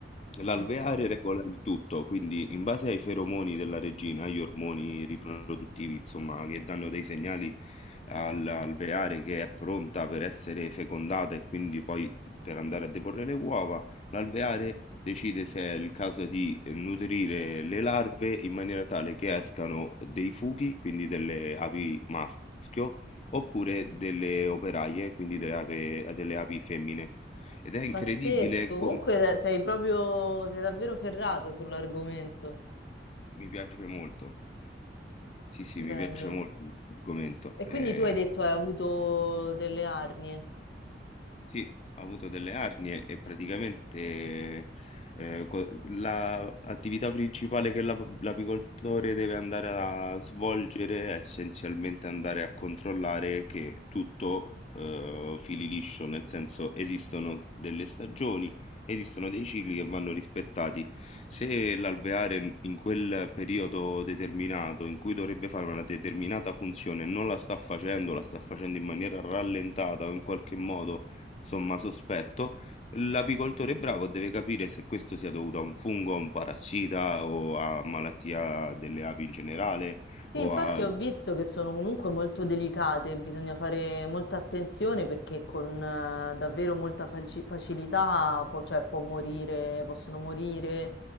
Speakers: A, on the left (about 35°); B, on the left (about 85°).
A: L'alveare
B: Ok.
A: regola il tutto, quindi in base ai feromoni della regina, agli ormoni riproduttivi, insomma, che danno dei segnali all'alveare che è pronta per essere fecondata e quindi poi per andare a deporre le uova, l'alveare decide se è il caso di nutrire le larve in maniera tale che escano dei fughi, quindi delle api maschio, oppure delle operaie, quindi delle ape- delle api femmine. Ed è incredibile
B: Pazzesco,
A: come...
B: comunque eh, sei proprio, sei davvero ferrato sull'argomento.
A: Mi piace molto. Sì, sì,
B: Bello.
A: mi piace molto questo argomento.
B: E
A: Eh
B: quindi tu hai detto hai avuto delle arnie.
A: Sì, ho avuto delle arnie e praticamente eh, co- la attività principale che l'ap- l'apicoltore deve andare a svolgere è essenzialmente andare a controllare che tutto eh, fili liscio, nel senso esistono delle stagioni, esistono dei cicli che vanno rispettati. Se l'alveare in quel periodo determinato in cui dovrebbe fare una determinata funzione non la sta facendo, la sta facendo in maniera rallentata o in qualche modo Somma sospetto, l'apicoltore bravo deve capire se questo sia dovuto a un fungo, a un parassita o a malattia delle api in generale
B: Sì,
A: o
B: infatti
A: a...
B: ho visto che sono comunque molto delicate, bisogna fare molta attenzione perché con eh, davvero molta faci- facilità può, cioè, può morire, possono morire.